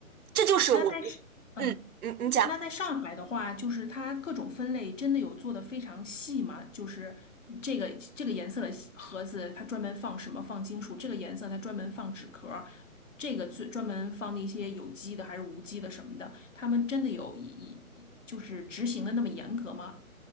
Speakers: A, on the right (about 80°); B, on the left (about 60°).
A: 这就是我，
B: 那在是嗯，
A: 嗯，嗯，你讲。
B: 那在上海的话，就是它各种分类真的有做的非常细吗？就是嗯这个这个颜色的盒子，它专门放什么？放金属。这个颜色它专门放纸壳儿，这个最专门放那些有机的还是无机的什么的。他们真的有一一就是执行的那么严格吗？